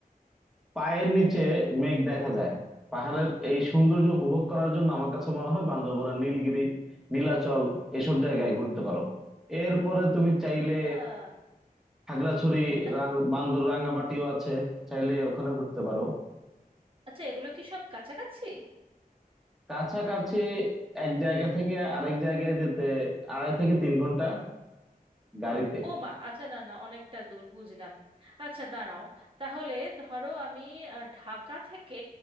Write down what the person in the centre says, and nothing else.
পায়ের নিচে মেঘ দেখা যায় পাহাড়ের এই সৌন্দর্য উপভোগ করার জন্য আমার কাছে মনে হয় বান্দরবনের নীলগিরি নীলাচল এসব জায়গায় ঘুরতে পারো এরপরে তুমি চাইলে
খাগড়াছড়ি
রাং- বান্দর রাঙ্গামাটিও
আছে চাইলে ওখানে ঘুরতে পারো
কাছাকাছি এক জায়গা থেকে আরেক জায়গায় যেতে আড়াই থেকে তিন ঘন্টা গাড়িতে